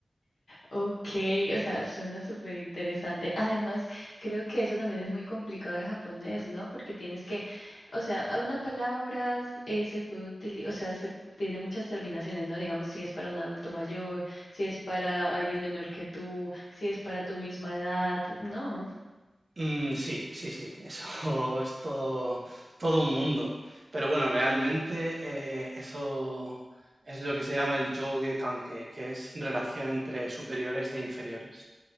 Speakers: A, on the left (about 80°); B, on the right (about 45°).
A: Ok, o sea, suena súper interesante. Además, creo que eso también es muy complicado el japonés, ¿no? Porque tienes que, o sea, a una palabra eh, se puede utilizar, o sea, se tiene muchas terminaciones, ¿no? Digamos, si es para un adulto mayor, si es para alguien menor que tú, si es para tu misma edad, ¿no?
B: Mm, sí, sí, sí, eso <laughs> es todo, todo un mundo. Pero bueno, realmente eh, eso es lo que se llama el yogue kanke, que es relación entre superiores e inferiores,